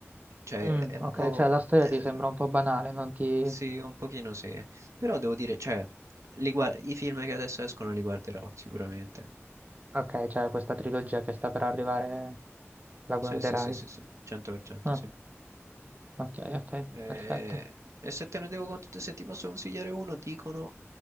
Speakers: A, on the right; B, on the right.
A: Cioè,
B: Mm,
A: è un
B: ok,
A: po'...
B: cioè la storia
A: eh,
B: ti sembra un po' banale, non ti...
A: sì, un pochino sì. Però devo dire, cioè, li gua- i film che adesso escono li guarderò sicuramente.
B: Ok, cioè questa trilogia che sta per arrivare la guarderai.
A: Sì, sì, sì, sì, sì, 100%
B: Ah,
A: sì.
B: ok, ok,
A: Eh,
B: perfetto.
A: e se te ne devo, con- se ti posso consigliare uno, dicono